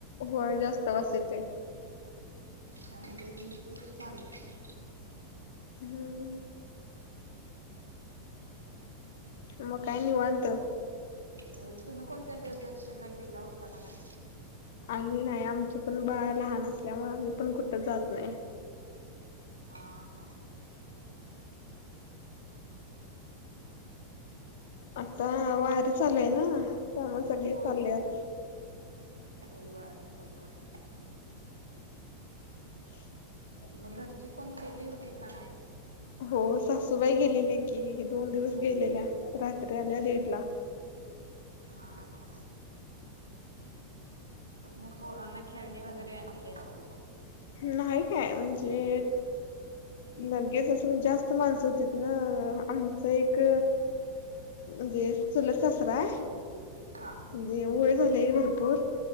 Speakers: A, on the left (about 55°); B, on the right (about 80°).
A: हो जास्त वासायच
B: त्यामुळे मी तू झालंच नाही
A: म म काय निवत
B: हो तुम्ही कोणत्या देवदर्शनला गेला होता का नाही
A: आणि नाही आमचं पण बाळ लहान असल्यामुळे आम्ही पण कुठं जात नाही
B: हां हां
A: आता वारी चालू आहे ना त्यामुळे सगळी
B: होय.
A: चाललीयात
B: होय वारी चालू आहे
A: ह
B: मग घरची कोण गेली होती का नाय?
A: हो सासूबाई गेलेल्या की दोन दिवस गेलेल्या रात्री आल्या दीड ला
B: हा हा मग पोरांना खेळणी वगैरे आणले असतील
A: नाही काय म्हणजे मी लगेच असं जास्त माणसं होती ना आमचं एक म्हणजे चुलत सासरा आहे
B: हा
A: म्हणजे वय झालय भरपूर